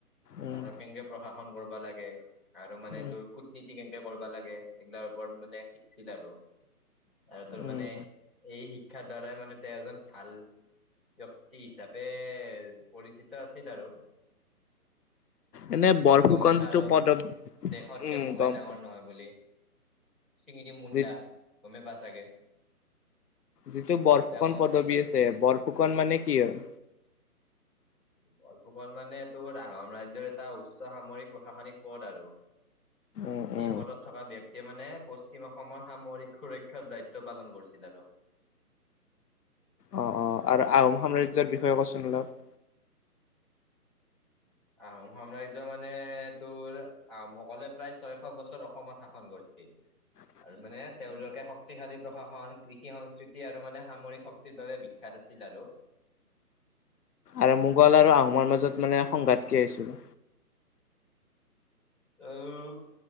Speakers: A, on the left (about 75°); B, in the centre.
A: উম
B: তাৰপিছত কেনেকে প্ৰশাসন কৰিব লাগে আৰু মানে
A: উম
B: তোৰ কুটনীতি কেন কৰিব লাগে, সেইগিলাৰ ওপৰত মানে শিকিছিল আৰু, আৰু তোৰ
A: উম
B: মানে এই শি শিক্ষাৰ দ্বাৰাই মানে তেওঁ এজন ভাল ব্যক্তি হিচাপে পৰিচিত আছিল আৰু।
A: এনে
B: ত‌ইটো
A: বৰফুকন
B: গমেই পাৱ
A: যিটো
B: আৰু,
A: পদব
B: দেশতকে
A: উম
B: মোমাই
A: গম
B: ডাঙৰ
A: পা
B: নহয় বুলি, চিঙি দিম মুণ্ডা,
A: যি
B: গমেই পাৱ চাগে?
A: যিটো বৰফুকন
B: দে ক
A: পদবী
B: কি কৈ আছিলি
A: আছে, বৰফুকন মানে কি হয়?
B: বৰফুকন মানে তোৰ আহোম ৰাজ্যৰ এটা উচ্চ সামৰিক প্ৰশাসনিক পদ আৰু।
A: উম
B: এই
A: উম
B: পদত থকা ব্যক্তিয়ে মানে পশ্চিম অসমৰ সামৰিক সুৰক্ষাৰ দায়িত্ব পালন কৰিছিল আৰু।
A: অ' অ', আৰু আহোম সাম্ৰাজ্যৰ বিষয়ে ক চোন অলপ।
B: আহোম সাম্ৰাজ্য মানে তোৰ, আহোম অকলে প্ৰায় ছয়শ বছৰ অসমত শাসন কৰিছিল।
A: <inaudible>
B: আৰু মানে তেওঁলোকে শক্ ক্তিশালী প্ৰশাসন, কৃষি-সংস্কৃতি আৰু মানে সামৰিক শক্তিৰ বাবে বিখ্যাত আছিল আৰু।
A: আৰু মোগল আৰু আহোমৰ মাজত মানে সংঘাত কিয় হৈছিল?
B: <inaudible>